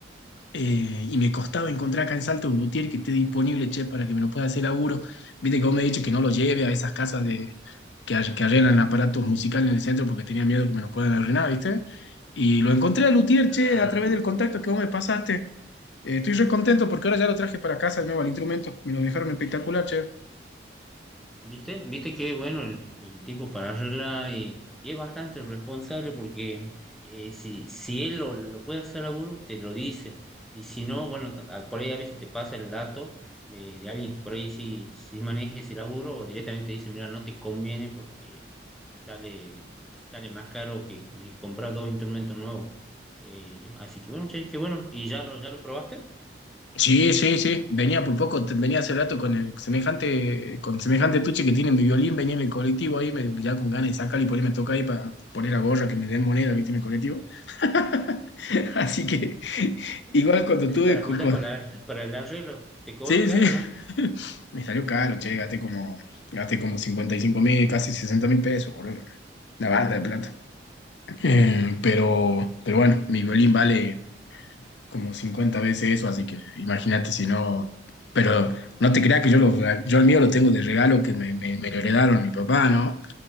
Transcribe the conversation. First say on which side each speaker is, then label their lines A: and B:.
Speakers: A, on the left; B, in the centre.
A: eh, y me costaba encontrar acá en Salta un luthier que esté disponible, che, para que me lo pueda hacer laburo. Viste que vos me has dicho que no lo lleve a esas casas de, que, ar- que arreglan aparatos musicales en el centro porque tenía miedo que me lo puedan arruinar, ¿viste? Y lo encontré a luthier,
B: Claro,
A: che, a través del contacto que vos me pasaste. Eh, estoy re contento porque ahora ya lo traje para casa de nuevo al instrumento. Me lo dejaron espectacular, che.
B: ¿viste? ¿Viste que bueno el, el tipo para arreglar y, y es bastante responsable porque eh, si, si él lo, lo puede hacer seguro, te lo dice, y si no, bueno, ta- a- por ahí a veces te pasa el dato de, de alguien que por ahí sí, sí maneja ese laburo o directamente te dice, mira, no te conviene porque sale, sale más caro que, que comprar dos instrumentos nuevos. Eh, así que bueno, che, que bueno. ¿Y ya lo, ya lo probaste?
A: Sí, sí, sí. Venía por poco, te- venía hace rato con el semejante, con semejante tuche que tiene mi violín, venía en el colectivo ahí, medio que ya con ganas de sacarlo y ponerme a tocar ahí para poner la gorra que me den moneda, viste, en el colectivo. <laughs> Así que
B: Ujú.
A: igual cuando tuve.
B: Para
A: cu-
B: juntar
A: cu-
B: para, para el arreglo. ¿Te cobro
A: Sí,
B: caro,
A: sí.
B: no?
A: <laughs> Me salió caro, che, gasté como, gasté como cincuenta y cinco mil, casi sesenta mil pesos, boludo. La banda de plata. Eh, pero, pero bueno, mi violín vale. como 50 veces eso, así que imagínate si no. Pero no te creas que yo, lo, yo el mío lo tengo de regalo que me, me, me lo heredaron mi papá, ¿no?